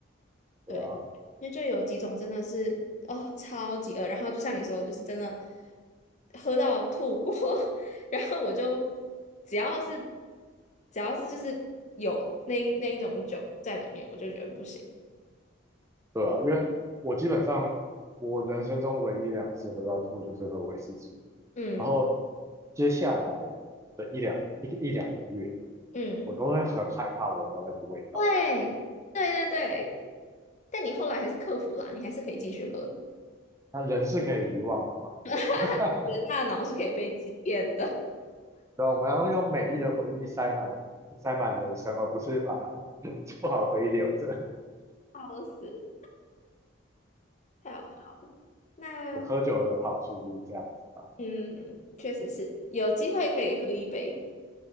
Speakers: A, on the right; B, on the left.
A: 对啊。
B: 对，因为就有几种真的是哦，超级饿，然后就像你说的，就是真的喝到吐过，<laughs> 然后我就只要是只要是就是有那一那一种酒在里面，我就觉得不行。
A: 对啊，因为我基本上我人生中唯一两次喝到吐就是喝威士忌，
B: 嗯
A: 然后接下来的一两一个一两个月，
B: 嗯，
A: 我都会很害怕闻到那个味道。
B: 对对对对，但你后来还是克服了啊，你还是可以继续喝，
A: 那人是可以遗忘的嘛？
B: <laughs>
A: <laughs>
B: 你的大脑是可以被欺骗的，
A: 对啊，我们要用美丽的回忆塞满塞满人生，而不是把 <laughs> 不好的回忆留着。
B: 笑死，太好笑了。那
A: 对，喝酒的好处就是这样子吧，
B: 嗯，确实是，有机会可以喝一杯，